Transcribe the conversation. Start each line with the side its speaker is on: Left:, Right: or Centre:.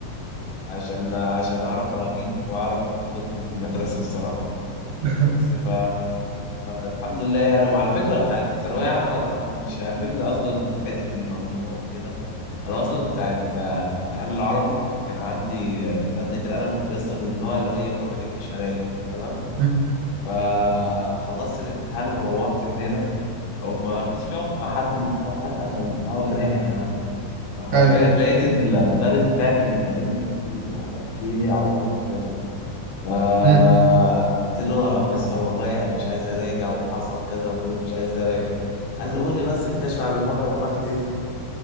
Left: عشان عشان أعرف أغيب وأعرف كنت من المدرسة بصراحة
Right: <laughs>
Left: بس ف الحمد لله يعني وعلى فكرة ساعة ثانوية عامة ما كنتش هاممني أصلا حتة المجموع وكده انا اصلا بتاعت آه، امتحان العربي كان عندي آه، ماده كده انا لسه من النوع اللي هو إيه، ما بحبش اراجع تمام
Right: مم.
Left: فخلصت الامتحان وروحت من هنا وما رضيتش اقف مع حد من صحابي حتى عشان اقعد اراجع معاه فحرفيا
Right: أيوة
Left: لقيت المدرس بتاعي بيكلمني بيقول لي عملت ايه يا عمر في كذا فقلت
Right: مم.
Left: له يا مستر والله انا مش عايز اراجع وحصل كذا وكذا مش عايز اراجع قال لي قول لي بس الكشف عن المعجم عملت ايه